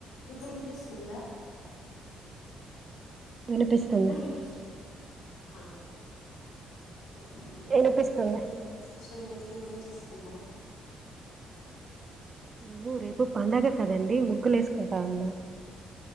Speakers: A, on the left (about 90°); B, on the right (about 35°).
A: ఇప్పుడు వినిపిస్తుందా
B: వినిపిస్తుంది
A: ఇప్పుడు విపిస్త్ ఆ ఆ చెప్పండి <unintelligible>
B: వినిపిస్తుంది
A: మిషన్ లేనిది ఇది ఏం చేసుకుంటారు
B: అయ్యో రేపు పండగ కదండి ముగ్గులేసు పాటవీన